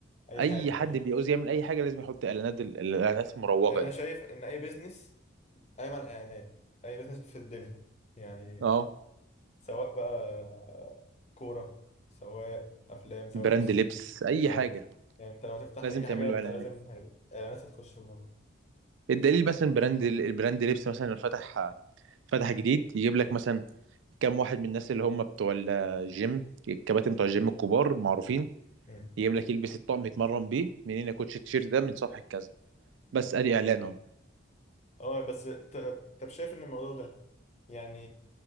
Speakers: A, on the left; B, on the right.
A: اي
B: اي
A: حاجة فاهم
B: حد بيعوز يعمل اي حاجه لازم يحط اعلانات ال- الاعلانات المروجه
A: يعني انا
B: دي
A: شايف ان اي بيزنس قايم على الاعلانات اي بيزنس في الدنيا يعني
B: اه
A: سواء بقى كورة سواء أفلام سواء
B: براند
A: ممثلين
B: لبس اي
A: اه
B: حاجه
A: يعني انت لو تفتح
B: لازم
A: أي
B: تعمل
A: حاجة
B: له
A: انت
B: اعلانات
A: لازم هيبقى إعلانات هتخش في الموضوع
B: الدليل مثلا براند البراند لبس مثلا لو فتح فتح جديد يجيب لك
A: امم
B: مثلا كام واحد من الناس اللي هم بتوع الجيم الكباتن بتوع الجيم الكبار معروفين
A: امم
B: يجيب لك يلبس الطقم يتمرن بيه منين يا كوتش التيشيرت ده من صفحه كذا بس ادي اعلان اهو
A: اه بس ت- طب شايف إن الموضوع ده يعني